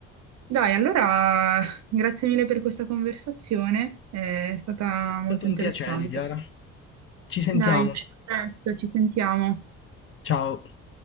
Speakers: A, on the right; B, on the left.
A: Dai, allora, grazie mille per questa conversazione, è stata molto
B: stato un
A: interessante.
B: piacere, Chiara. Ci sentiamo.
A: Dai, a presto, ci sentiamo.
B: Ciao.